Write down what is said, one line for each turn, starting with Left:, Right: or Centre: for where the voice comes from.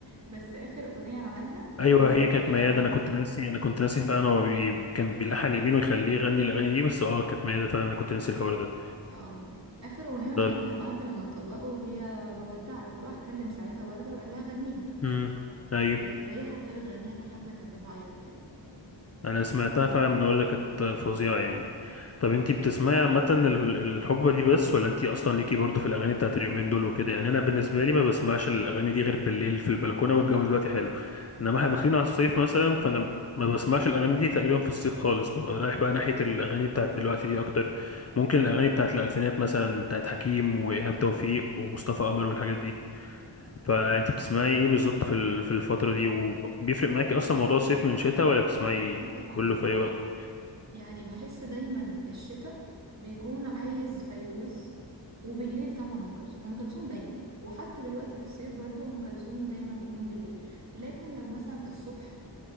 Right: بس آخر أغنية عملها
Left: ايوه
Right: كانت
Left: هي كانت
Right: بودعك
Left: ميادة انا كنت ناسي انا كنت ناسي فعلا هو بي... كان بيلحن يمين ويخليه يغني الاغاني دي بس اه كانت ميادة فعلا انا كنت ناسي الحوار ده
Right: اه آخر أغنية عملها
Left: طب
Right: بعد لما اتطلقوا هي بودعك وراح كلم ساعتها وردة وقال لها غنيها
Left: امم ايوه
Right: و... وهي حتى وهي بتغنيها في الحفلة كانت بتعيط يعني
Left: انا سمعتها فعلا من وردة كانت فظيعة يعني طب انتي بتسمعي عامة ال- الحقبة دي بس ولا انتي اصلا ليكي برضو في الاغاني بتاعت اليومين دول وكده يعني انا بالنسبة لي ما بسمعش الاغاني دي غير بالليل في البلكونة والجو دلوقتي حلو انما احنا داخلين على الصيف مثلا فانا ما بسمعش الاغاني دي تقريبا في الصيف خالص ببقى رايح بقى ناحية الاغاني بتاعت دلوقتي دي اكتر ممكن الاغاني بتاعت الالفينات مثلا بتاعت حكيم وايهاب توفيق ومصطفى قمر والحاجات دي فانت بتسمعي ايه بالظبط في ال- في الفترة دي وبيفرق معاكي اصلا موضوع الصيف من الشتاء ولا بتسمعي
Right: اه اه طبعا
Left: كله
Right: طبعا
Left: في اي وقت
Right: يعني بحس دايما الشتاء بيكون عايز فيروز وبالليل طبعا ام كلثوم ام كلثوم دايما وحتى دلوقتي في الصيف برضو ام كلثوم دايما بتكون بالليل لكن لو مثلا الصبح